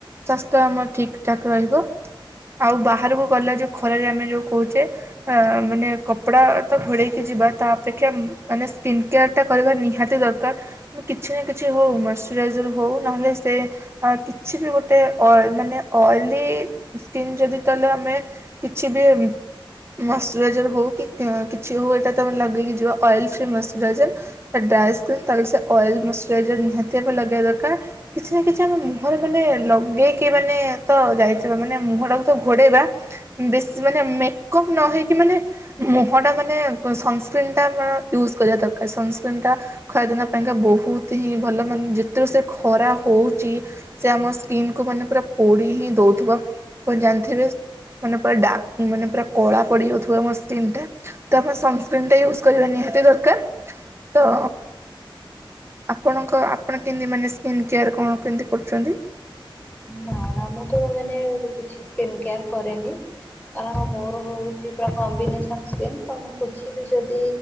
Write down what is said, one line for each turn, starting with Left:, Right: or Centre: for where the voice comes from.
Right: ସ୍ୱାସ୍ଥ୍ୟ ଆମର ଠିକ୍। ଠିକଠାକ ରହିବ ଆଉ ବାହାରକୁ ଗଲା ଯେଉଁ ଖରାରେ ଆମେ ଯେଉଁ କହୁଛେ ମାନେ କପଡ଼ା ତ ଘୋଡ଼େଇକି ଯିବା ତା ଅପେକ୍ଷା ମାନେ ସ୍କିନ୍ କେୟାର ଟା କରିବା ନିହାତି ଦରକାର କିଛି ନା କିଛି ହେଉ ମଇଶ୍ଚୁରାଇଜର ହେଉ ନହେଲେ ସେ କିଛି ବି ଗୋଟେ ଅଏଲ୍ ମାନେ ଅଏଲି ସ୍କିନ୍ ଯଦି ତାହେଲେ ଆମେ କିଛି ବି ମଶ୍ଚରାଇଜର୍ ହେଉ କି କିଛି ହେଉ ଏଇଟା ତମେ ଲଗେଇକି ଯିବ ଅଏଲ ଫ୍ରି ମସଚୁରାଇଜର ତ ଡ୍ରାଏ ସ୍କିନ ତାହେଲେ ସେ ଅଏଲ୍ ମଶ୍ଚୁରାଇଜର ନିହାତି ଆଗ ଲଗେଇବା ଦରକାର କିଛି ନା କିଛି ଆମେ ମୁହଁରେ ମାନେ ଲଗେଇକି ମାନେ ତ ଯାଇଥିବ ମାନେ ମୁହଁଟାକୁ ତ ଘୋଡ଼ାଇବା ବେଶୀ ମାନେ ମେକଅପ୍ ନ ହେଇକି ମାନେ ମୁହଁଟା ମାନେ ସନସ୍କ୍ରିନ୍ ଟା ୟୁଜ୍ କରିବା ଦରକାର ସନସ୍କ୍ରିନ୍ ଟା ଖରାଦିନ ପାଇଁକା ବହୁତ ହି ଭଲ ମାନେ ଯେତେ <unintelligible> ଖରା ହଉଛି ସେ ଆମ ସ୍କିନ୍ କୁ ମାନେ ପୁରା ପୋଡି ଦେଉଥିବ ଆପଣ ଜାଣିଥିବେ ମାନେ ପୁରା ଡାର୍କ ମାନେ ପୁରା କଳା ପଡ଼ିଯାଉଥିବ ଆମ ସ୍କିନ୍ ଟା ତ ଆପଣ ସନସ୍କ୍ରିନ୍ ଟା ୟୁଜ କରିବା ନିହାତି ଦରକାର। <unintelligible> ତ ଆପଣଙ୍କ ଆପଣ କେମତି ମାନେ ସ୍କିନ୍ କେୟାର୍ କଣ କେମିତି କରୁଛନ୍ତି?
Left: ନା ନା ମୁଁ ତ ମାନେ କିଛି ସ୍କିନକେୟାର କରେନି କାରଣ ମୋର ହଉଛି ପା କମ୍ବିନେସନ ସ୍କିନ୍ ତ ମୁଁ କିଛି ବି ଯଦି